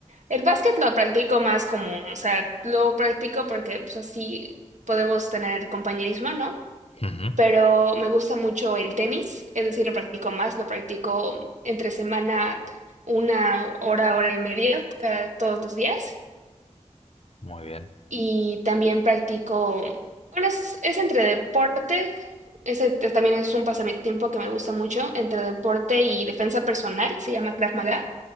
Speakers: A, on the right; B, on the left.
A: el básquet lo practico más como, o sea, lo practico porque pues así podemos tener compañerismo, ¿no?
B: Ujú,
A: pero me gusta mucho el tenis, es decir, lo practico más, lo practico entre semana una hora, hora y media, cada, todos los días.
B: Muy bien,
A: Y también practico, bueno, es, es entre deporte, ese t- también es un pasatiempo que me gusta mucho, entre deporte y defensa personal, se llama Krav Maga,